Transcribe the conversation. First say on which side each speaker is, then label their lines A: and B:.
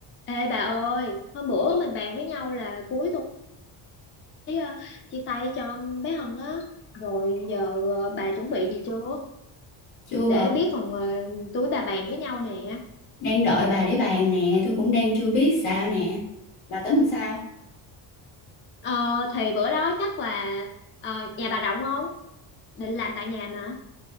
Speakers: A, on the left; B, on the left.
A: Ê bà ơi, hôm bữa mình bàn với nhau là cuối tuần ấy, ờ, chia tay cho bé Hân á. Rồi giờ ờ, bà chuẩn bị gì chưa?
B: Chưa
A: Để
B: bà,
A: biết còn ờ, túi bà bàn với nhau nè.
B: đang đợi bà để bàn nè, tôi cũng đang chưa biết sao nè. Bà tính làm sao?
A: Ờ, thì bữa đó chắc là ờ, nhà bà rộng không? Định làm tại nhà mà.